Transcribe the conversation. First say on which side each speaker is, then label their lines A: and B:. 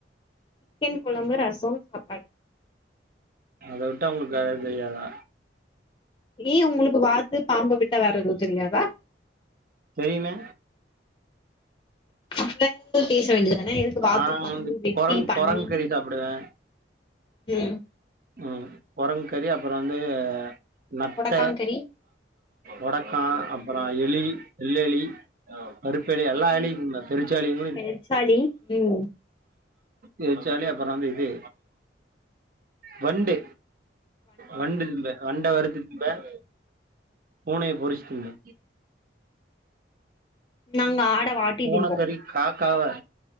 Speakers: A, on the left (about 25°); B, on the right (about 50°).
A: சிக்கன் கொழம்பு ரசோ சாப்பாடு
B: அத வுட்டா உங்குள்க் வேற எது தெரியாதா
A: ஏ உங்களுக்கு வாத்து பாம்ப விட்டா வேற எதுவு தெரியாதா
B: தெரியுமே
A: <inaudible> அப்ப ந்து பேச வேண்டி தானே எதுக்கு
B: நாங்க
A: வாத்து பாம்பு
B: வந்து
A: வெட்டி
B: கொரங்
A: பண்ணி
B: கொரங்கு கறி சாப்டுவே
A: ம்
B: ம் கொரங்கு கறி அப்பற வந்து நத்த
A: கொடக்காங்கறி
B: ஒடக்கா அப்புற எலி வெள்ளெலி கருப்பு எலி எல்லா எலியு ல பெருச்சாலிங் கூட இருக்கு
A: எச்சாளி ம்
B: பெருச்சாலி அப்புற வந்து இது வண்டு வண்டு இம்ல வண்ட வறுத்து திம்பேன் பூனய பொருச்சு திம்பே
A: நாங்க ஆட வாட்டி
B: பூன
A: திம்போ
B: கறி காக்காவ